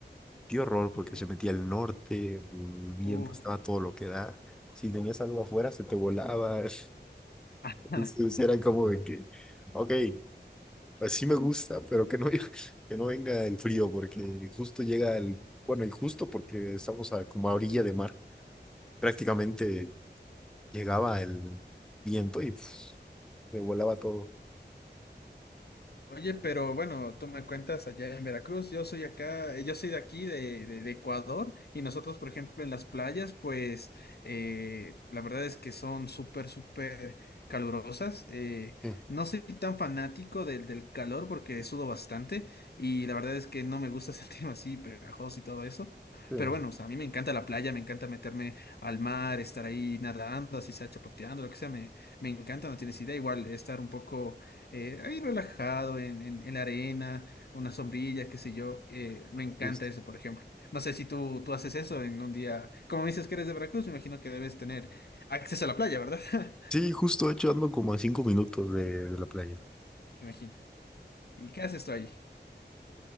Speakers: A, in the centre; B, on the left.
A: Qué horror, porque
B: Ok.
A: se metía al norte, mm, el viento
B: Uh.
A: estaba todo lo que da. Si tenías algo afuera, se te volaba. <laughs>
B: <laughs>
A: Entonces era como de que, ok, así me gusta, pero que no, <laughs> que no venga el frío, porque justo llega el, bueno, y justo porque estamos a, como a orilla de mar, prácticamente llegaba el viento y pf, me volaba todo.
B: Oye, pero bueno, tú me cuentas allá en Veracruz, yo soy acá, eh, yo soy de aquí, de, de- de Ecuador, y nosotros, por ejemplo, en las playas, pues eh, la verdad es que son súper, súper calurosas. eh,
A: Sí,
B: no soy tan fanático del, del calor porque sudo bastante y la verdad es que no me gusta <laughs> sentirme así pegajoso y todo eso.
A: sí,
B: Pero bueno, o sea, a mí me encanta la playa, me encanta meterme al mar, estar ahí nadando, así sea chapoteando, lo que sea, me, me encanta, no tienes idea, igual estar un poco eh, ahí relajado en, en, en la arena, una sombrilla, qué sé yo. eh, me encanta
A: justo.
B: eso, por ejemplo. No sé si tú, tú haces eso en un día. Como me dices que eres de Veracruz, me imagino que debes tener acceso a la playa, ¿verdad? <laughs>
A: Sí, justo, de hecho, ando como a cinco minutos de de la playa.
B: Me imagino. ¿Y qué haces tú ahí?